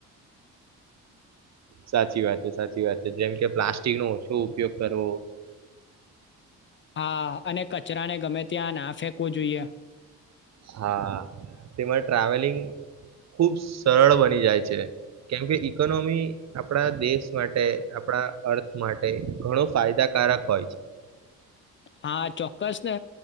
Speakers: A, on the right; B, on the left.
A: સાચી વાત છે સાચી વાત છે જેમ કે પ્લાસ્ટિક નો ઓછો ઉપયોગ કરવો
B: હા અને કચ ચરાને ગમે ત્યાં ના ફેંકવો જોઈએ.
A: હા તેમાં ટ્રાવેલિંગ ખુબ સરળ બની જાય છે કેમકે ઈકોનોમી આપણા દેશ માટે આપણા અર્થ માટે ઘણો ફાયદાકારક હોય છે.
B: હા ચોક્કસ ને